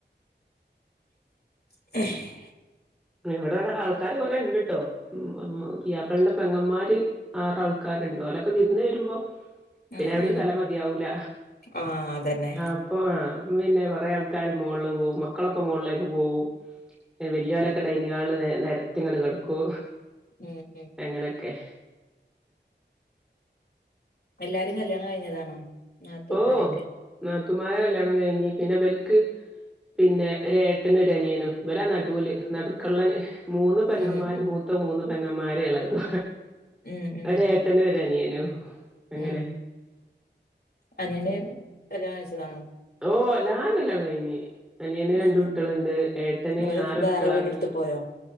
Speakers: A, on the left (about 60°); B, in the centre.
A: <unintelligible>
B: അങ്ങനെ ഇവിട്വ്ടെ ആൾക്കാര് കൊറേ ഉണ്ട്ട്ടോ പിയാപ്പളീന്റെ പെങ്ങന്മാര് ആറ് ആൾക്കാരുണ്ട് ഓല-. ക്ക വിരുന്ന് വരുമ്പൊ പിന്നെ
A: ഉം
B: എവിടേം
A: ഉം
B: സ്ഥലം മതിയാവൂല
A: ആഹ് അതന്നെ
B: അ - പ്പൊ അപ്പപിന്നെ കൊറേ ആൾക്കാര് മോള്ല് പോകും. മക്കളൊക്കെ മോളിലേക്ക് പോവും വല്ല്യ.
A: ഉം
B: ക്കെ ഡൈനിങ് ഹാളില് നെ രത്തിങ്ങട്ട് കെടക്കൂ
A: ഉം ഉം
B: എങ്ങനൊക്കെ
A: എല്ലാരും കല്യാണം കഴിഞ്ഞതാണോ നാത്തൂമാരൊക്കെ
B: ഓഹ് നാത്തൂമാരെ കല്യാണം കഴിഞ്ഞ് പിന്ന ബെൽക്ക്- പിന്നെ ഒരു ഏട്ടനുംഒരനിയനും വില നടുവില് നടുകള്ള ഞാ - മൂന്ന് പെങ്ങന്മാര്
A: ഉം ഉം
B: മൂത്ത മൂന്ന് പെങ്ങന്മാര് എളേത്
A: ഉം ഉം
B: ഒരേ - ട്ടനും ഒരനിയനും അങ്ങനെ
A: ഉം അനിയന് കല്ല്യാണം കഴിച്ചതാണൊ.
B: ഓഹ് എല്ലാരും കല്യാണം കഴിഞ്ഞ് അനിയന് രണ്ട്
A: ആഹ്
B: കുട്ടിയള്ണ്ട് ഏട്ടന്
A: അവര്
B: നാല് കുട്ടിയളാണ്.
A: വേറെ വീടെടുത്ത് പോയോ